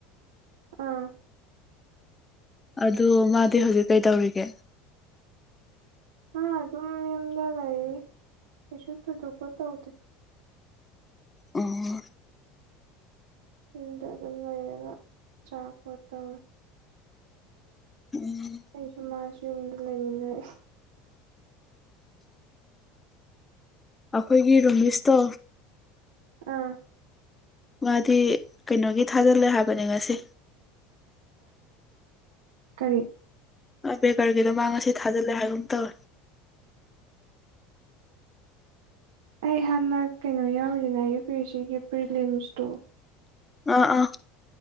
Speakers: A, on the right (about 85°); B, on the left (about 15°).
A: ꯑꯥ
B: ꯑꯗꯨ ꯃꯥꯗꯤ ꯍꯧꯖꯤꯛ ꯀꯩ ꯇꯧꯔꯤꯒꯦ
A: ꯍꯥ ꯑꯗꯨ ꯑꯗꯨꯝ ꯌꯟꯖꯂꯏ ꯄꯁꯨ ꯊ ꯈꯨꯠꯇ ꯍꯧꯗ
B: ꯑꯣ
A: ꯏꯗ ꯑꯗꯨꯝ ꯂꯩꯌꯦꯒ ꯆꯥꯀꯠꯇꯦ
B: ꯎꯝ
A: ꯑꯩꯁꯨ ꯃꯥꯁ ꯌꯨꯝꯗ ꯂꯩꯃꯤꯟꯅꯔꯦ
B: ꯑꯩꯈꯣꯏꯒꯤ ꯔꯣꯃꯦꯁꯇꯣ
A: ꯑꯥ
B: ꯉꯗꯤ ꯀꯩꯅꯣꯒꯤ ꯊꯥꯖꯤꯜꯂꯦ ꯍꯥꯏꯕꯅꯦ ꯉꯁꯤ
A: ꯀꯔꯤ
B: ꯕꯦꯀꯔꯒꯤꯗꯣꯃ ꯉꯁꯤ ꯊꯥꯖꯤꯜꯂꯦ ꯍꯥꯏꯒꯨꯝ ꯇꯧꯋꯦ
A: ꯑꯩ ꯍꯥꯟꯅ ꯀꯩꯅꯣ ꯌꯥꯎꯔꯤꯅ ꯌꯨ ꯄꯤ ꯑꯦ ꯁꯤꯒꯤ ꯄ꯭ꯔꯤꯂꯤꯌꯝ ꯏꯁꯇꯣ
B: ꯑꯥ ꯑꯥ